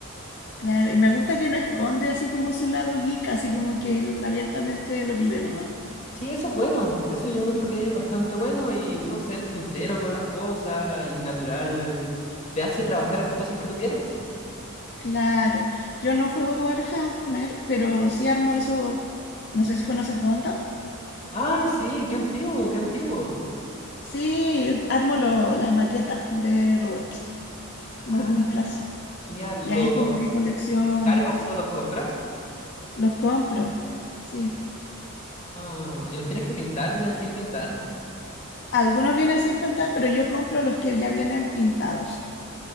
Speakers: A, on the left; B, on the left.
A: Claro, y me gusta que no esconde así como su lado geek, así como que él abiertamente lo vive nomás.
B: Sí, eso es bueno. Eso yo encuentro que es bastante bueno y uno ser sincero con las cosas y natural te hace trabajar en las cosas que tú quieres. po.
A: Claro, yo no juego Warhammer, pero sí armo eso, no sé si conoces Gundam.
B: Ah, sí, qué antiguo, qué antiguo.
A: Sí, armo lo- las maquetas de robots, los
B: Ah,
A: Gunplas.
B: genial.
A: Y
B: ¿Lo-
A: ahí como que colecciono,
B: ¿Los descargas o los compras?
A: los compro. Sí.
B: Ah, ¿y los tienes que pintar? ¿Vienen sin pintar?
A: Algunos vienen sin pintar, pero yo compro los que ya vienen pintados.